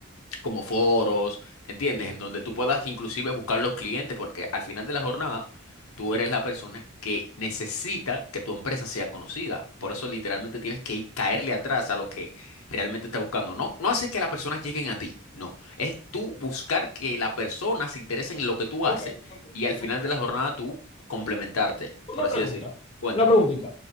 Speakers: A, on the left (about 75°); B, on the left (about 25°).
A: como foros, ¿entiendes?
B: Sí,
A: En donde
B: sí,
A: tú puedas
B: sí, sí.
A: inclusive buscar los clientes, porque al final de la jornada tú eres la persona que necesita que tu empresa sea conocida. Por eso literalmente tienes que ir- caerle atrás a lo que realmente está buscando. No, no haces que las personas lleguen a ti, no. Es tú buscar que la persona se interese en lo que tú haces
B: Ok, ok,
A: y al final
B: ok.
A: de la jornada tú complementarte,
B: Una
A: por así
B: pregunta,
A: decirlo. Cuéntame.
B: una preguntita.